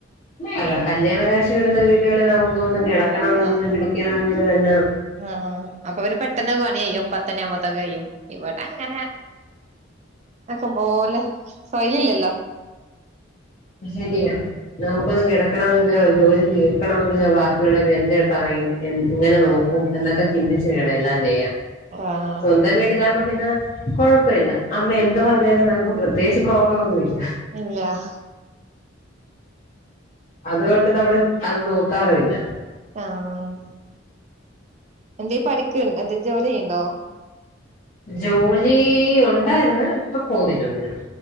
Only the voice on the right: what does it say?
ആഹ്
ആഹ് അപ്പൊ പിന്നെ പെട്ടെന്ന് പണികയ്യും പത്തണിയുമ്പത്തൊക്കെ കയ്യും ഇവടെ അങ്ങനെ ആക്കംമ്പോലെ സൊയ്ല ഇല്ലല്ലോ
ആഹ്
ആഹ്
ഇല്ലാഹ്
ആഹ് എന്തേ പഠിക്ക്ണ്ടോ എന്തേ ജോലി ചെയ്യ്ണ്ടോ